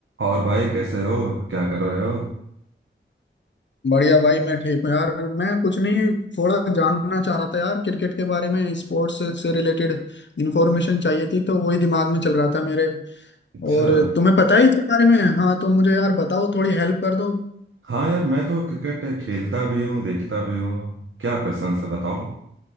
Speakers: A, on the right (about 80°); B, on the left (about 65°).
A: और भाई कैसे हो क्या कर रहे हो
B: बढ़िया भाई मैं ठीक हूँ यार मैं कुछ नहीं थोड़ा जानना चाह रहा था यार क्रिकेट के बारे में स्पोर्ट्स से रिलेटेड इंफॉर्मेशन चाहिए थी तो वही दिमाग में चल रहा था मेरे
A: अच्छा
B: और तुम्हें पता है इसके बारे में हाँ तो मुझे यार बताओ थोड़ी हेल्प कर दो
A: हाँ यार मैं तो क्रिकेट खेलता भी हूँ देखता भी हूँ क्या क्वेश्चन है बताओ